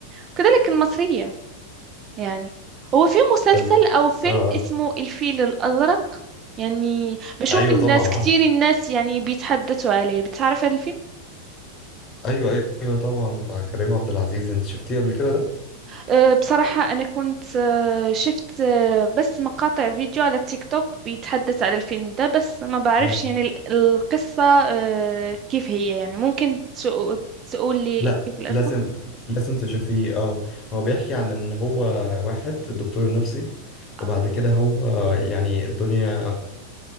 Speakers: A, on the right; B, on the left.
A: وكذلك المصرية يعني هو في مسلسل
B: حلو
A: او فيلم
B: اه اه
A: اسمه الفيل الازرق يعني بشوف
B: ايوه
A: الناس
B: طبعا
A: كتير
B: عارفه
A: الناس يعني بيتحدثوا عليه بتعرف هذا الفيلم
B: ايوه ايوه طبعا بتاع كريم عبد العزيز انت شفتيه قبل كده ده
A: أه بصراحة أنا كنت أه شفت أه بس مقاطع فيديو على التيك توك بيتحدث على الفيلم ده بس ما بعرفش
B: اه
A: يعني ال- القصة أه كيف هي يعني ممكن تقو- تقول لي
B: لا
A: كيف القصة
B: لازم لازم تشوفيه اه هو بيحكي عن ان هو واحد دكتور نفسي وبعد
A: اه
B: كده هو يعني الدنيا